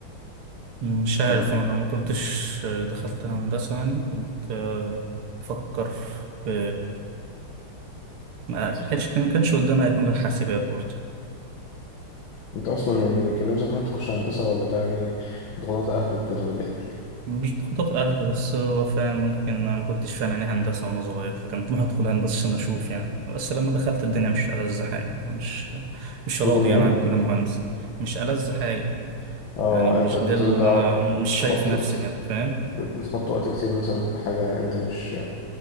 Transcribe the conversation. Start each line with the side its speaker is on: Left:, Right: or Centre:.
Right: مش عارف
Left: تمام
Right: انا لو ما كنتش دخلت هندسة يعني كنت آه، بفكر في ما كانش كان كانش قدامي هيكون غير حاسبات برضه
Left: انت اصلا يعني كان نفسك انت تخش هندسه ولا ده يعني ضغوطات اهل وكده ولا ايه
Right: مش خطط اهل بس هو فعلا ممكن انا ما كنتش فاهم يعني إيه هندسة وانا صغير فكان طموحي ادخل هندسة عشان اشوف يعني بس لما دخلت الدنيا مش ألذ حاجة مش مش راضي
Left: الدنيا
Right: يعني
Left: ايه
Right: عن كون مهندس مش ألذ حاجة
Left: اه
Right: يعني
Left: انت
Right: مش
Left: بتبدأ
Right: ده اللي انا مش
Left: بتحط
Right: شايف نفسي
Left: وقت-
Right: هنا فاهم
Left: بتحط وقت كتير مثلا في حاجه انت مش